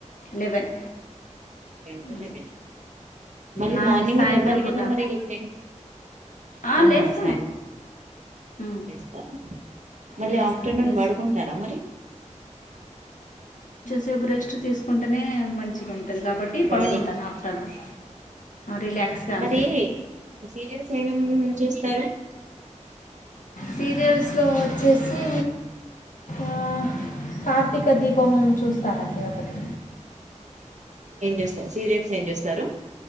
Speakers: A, on the left (about 85°); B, on the right (about 70°).
A: eleven
B: ten to
A: hmm
B: eleven మళ్ళీ
A: నా
B: మార్నింగ్
A: సాయంత్రం
B: లెవ్వాలి
A: పూట
B: మరి ఏమి టెన్
A: ఆ, లేస్తాను
B: సాయంత్రం
A: ఉమ్,
B: <unintelligible> మరి
A: లేస్తాను
B: ఆఫ్టర్నూన్
A: లేచి
B: పడుకుంటారా మరి
A: రేపు రెస్ట్ తీస్ కుంటేనే మంచిగా ఉంటుంది కాబట్టి పడుకుంటాను
B: బాడీకి కొంచెం
A: ఆఫ్టర్నూన్ రిలాక్స్గా గా
B: ఎల్లి సీరియల్స్ ఏమేం చూస్తారు
A: సీరియల్స్ లో వచ్చే చ్చి ఆ కార్తీక దీపం చూస్తానండి ఒకటి
B: ఏం చేూస్తారు సీరియన్స్ ఏం చేస్తారు